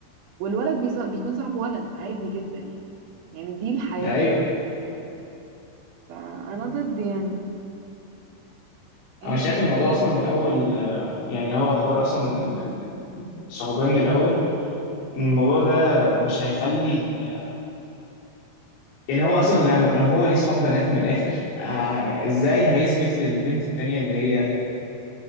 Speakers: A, on the right; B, on the left.
A: والولد بيص- بيكون صاحبه ولد عادي جدا يعني يعني دي الحياه
B: ايوه
A: فانا ضد يعني انت
B: انا شايف الموضوع اصلا من الاول آه، يعني هو حوار اصلا ال- ال- ال- الصحوبيه من الاول ان الموضوع ده مش هيخلي ال... يعني هو اصلا لو لو هو ليه صحاب بنات من الاخر آه، ازاي هيثبت للبنت التانية اللي هي